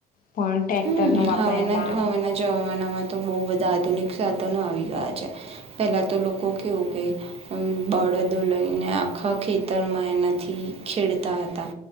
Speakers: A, on the left (about 60°); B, on the right (about 40°).
A: પણ ટ્રેક્ટરનો
B: હવે
A: વાપરે
B: હવેના
A: એમાં
B: જવાવામાં ના. એમાં તો બહુ બધા આધુનિક સાધનો આવી ગયા છે પહેલા તો લોકો કેવું કે બળદો લઈને આખા ખેતરમાં એનાથી ખેડતા હતા